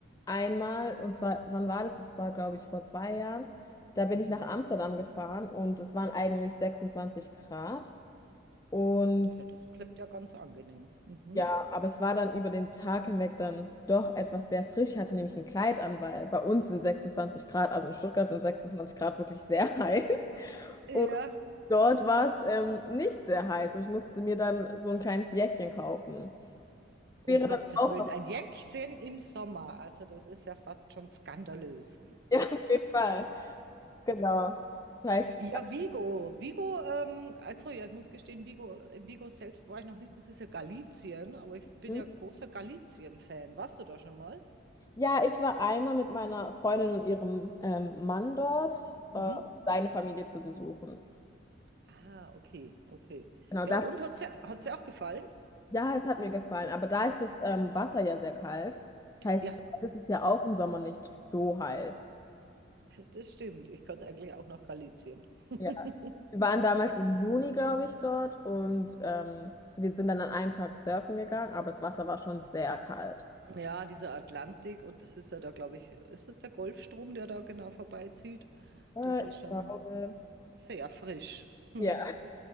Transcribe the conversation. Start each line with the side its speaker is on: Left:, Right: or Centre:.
Left: einmal, und zwar, wann war das? Das war, glaube ich, vor zwei Jahren. Da bin ich nach Amsterdam gefahren und es waren eigentlich 26 Grad. Und
Right: Ja, das klingt ja ganz angenehm. Mhm.
Left: Ja, aber es war dann über den Tag hinweg dann doch etwas sehr frisch. Ich hatte nämlich ein Kleid an, weil bei uns sind 26 Grad, also in Stuttgart sind 26 Grad wirklich sehr <laughs> heiß.
Right: Ja.
Left: Und dort war es ähm, nicht sehr heiß und ich musste mir dann so ein kleines Jäckchen kaufen.
Right: Um
Left: Wäre
Right: Gottes
Left: dann auch.
Right: Willen,
Left: <laughs>
Right: ein Jäckchen im Sommer. Also das ist ja fast schon skandalös.
Left: Ja, auf jeden Fall. Genau. Das heißt,
Right: Ja, Vigo. Vigo, ähm, also ja, ich muss gestehen, Vigo, in Vigo selbst war ich noch nicht, das ist ja Galizien, aber ich bin
Left: hm?
Right: ja großer Galizien-Fan. Warst du da schon mal?
Left: ja, ich war einmal mit meiner Freundin und ihrem ähm, Mann dort,
Right: Mhm.
Left: äh, um seine Familie zu besuchen.
Right: Ah, okay, okay.
Left: Genau,
Right: Ja,
Left: das.
Right: und hat's dir, hat's dir auch gefallen?
Left: Ja, es hat mir gefallen, aber da ist das ähm, Wasser ja sehr kalt. Das heißt,
Right: Ja,
Left: es ist ja auch im Sommer nicht so heiß.
Right: das stimmt. Ich konnte eigentlich auch nach Galizien. <laughs>
Left: Ja. Wir waren damals im Juni, glaube ich, dort und ähm, wir sind dann an einem Tag surfen gegangen, aber das Wasser war schon sehr kalt.
Right: Ja, dieser Atlantik und das ist ja da, glaube ich, ist das der Golfstrom, der da genau vorbeizieht?
Left: Ja,
Right: Das ist
Left: ich
Right: schon
Left: glaube.
Right: sehr frisch. Hm.
Left: Ja,